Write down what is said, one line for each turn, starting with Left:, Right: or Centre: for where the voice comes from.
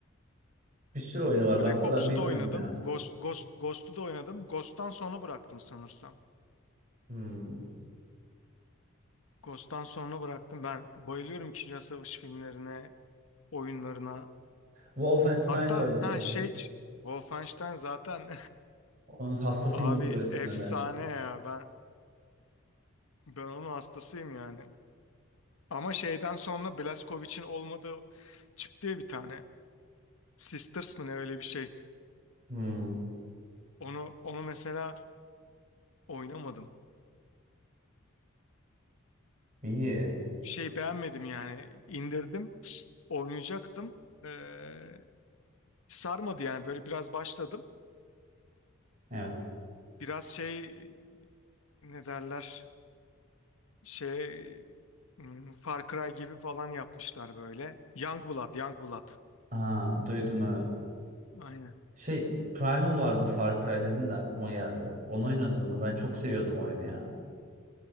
Right: Bir sürü oyunu var.
Left: Black
Right: Ben o kadar
Left: Ops'u
Right: bilmiyorum
Left: da oynadım.
Right: ya.
Left: Ghost, Ghost, Ghost'u da oynadım. Ghost'tan sonra bıraktım sanırsam.
Right: Hmm.
Left: Ghost'tan sonra bıraktım. Ben bayılıyorum İkinci Dünya Savaşı filmlerine, oyunlarına.
Right: Wolfenstein
Left: Hatta
Right: de oynamışımdır.
Left: ha şey ç- Wolfenstein zaten <laughs>
Right: Onun hastası
Left: abi
Right: gibi duruyorsun
Left: efsane
Right: nedense.
Left: ya. Ben ben onun hastasıyım yani. Ama şeyden sonra Blazkowicz'in olmadığı çıktı ya bir tane. Sisters mı ne öyle bir şey.
Right: Hmm.
Left: Onu onu mesela oynamadım.
Right: İyi.
Left: Bir şey beğenmedim yani. İndirdim. Oynayacaktım. Ee, sarmadı yani böyle biraz başladım.
Right: Evet.
Left: biraz şey ne derler şey hmm, Far Cry gibi falan yapmışlar böyle. Youngblood, Youngblood.
Right: Aa, duydum evet.
Left: Aynen.
Right: Şey Primal vardı Far Cry dedin de aklıma geldi. Onu oynadın mı? Ben çok seviyordum oyunu ya.